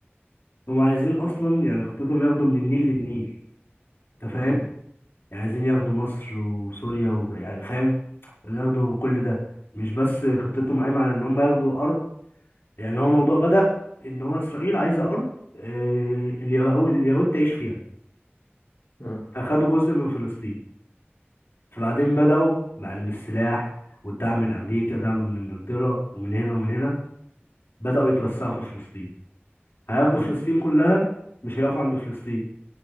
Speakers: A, on the left; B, on the left.
A: هم عايزين اصلا يعني خطتهم ياخدوا من النيل للنيل انت فاهم
B: امم
A: يعني عايزين ياخدوا مصر وسوريا و... يعني فاهم ياخدوا كل ده مش بس خطتهم قايمه على ان هم ياخدوا ارض يعني هو الموضوع بدأ ان هو اسرائيل عايزه ارض آه، اليه- اليهود تعيش فيها
B: اه
A: فخدوا جزء من فلسطين فبعدين بدأوا معلم السلاح والدعم من امريكا دعم من انجلترا ومن هنا ومن هنا بدأوا يتوسعوا في فلسطين هياخدوا
B: امم
A: فلسطين كلها مش هيقفوا عند فلسطين